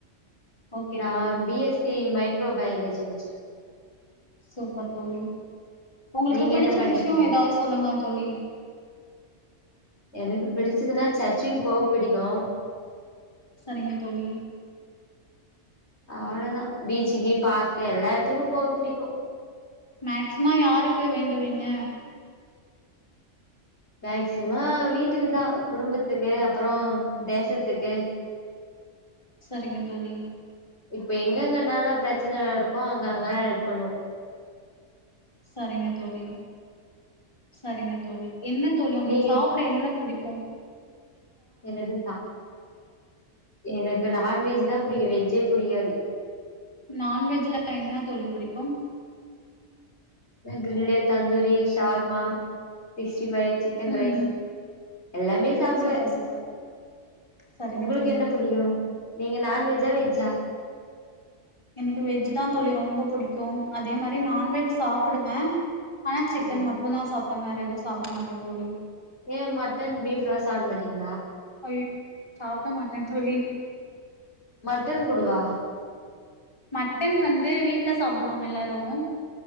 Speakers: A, on the left (about 20°); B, on the left (about 55°).
A: ஓகே
B: நா
A: தோழி
B: B S C mic microbiology முடிச்சிருக்க
A: சூப்பர் தோழி உங்களுக்கு
B: நீங்க
A: பிடிச்ச
B: என்ன பண்ணிருக்கீங்க
A: விஷியம் ஏதாவது சொல்லுங்களே தோழி
B: எனக்கு பிடிச்சதுன்னா சர்ச்சுக்கு போவ பிடிக்கு
A: நீங்க தோழி
B: அவ்ளாதா பீச்சுக்கு பார்க்கு எல்லா எடத்துக்கு போவ புடிக்கு
A: மேக்சிம யார் <unintelligible> வேண்டுவீங்க
B: மேக்சிம வீட்டுக்குதா குடும்பத்துக்கு அப்புறோ தேசத்துக்கு
A: சரிங்க தோழி
B: இப்ப எங்கங்கனளா பிரச்சன நடக்கு அங்க அங்க <unintelligible>
A: சரிங்க தோழி சரிங்க தோழி என்ன தோழி உங்களுக்கு
B: நீங்க
A: சாப்ட என்ன பிடிக்கு
B: எனக்கு எனக்கு நான்வஜ் தா புடிக்கு வெஜ்ஜே புடிக்காது
A: நான்வெஜ்ல என்ன தோழி புடிக்கு
B: grill tandoori shawarma fish veg fry chicken
A: ம்
B: rice எல்லாமே சாப்பிடுவே
A: சூப்பர் சூப்பர் சரிங்க
B: உங்களுக்கு
A: தோழி
B: என்ன புடிக்கு நீங்க நான்வெஜ்ஜா வெஜ்ஜா
A: எனக்கு வெஜ் தா. தோழி ரொம்ப புடிக்கும் அதே மாரி நான்வெஜ் சாப்டுவே ஆனா சிக்கன்
B: ம்
A: மட்டு தா சாப் வேற எது சாப்ட மாட்டே தோழி
B: ஏ மட்டன் பீப்ல சாப்ட மாட்டீங்
A: ஐ சாப்பிட மாட் தா தோழி
B: மட்டன் குடுவா
A: மட்டன் வந்து வீட்ல சாப்டுவாங்க எல்லாரும்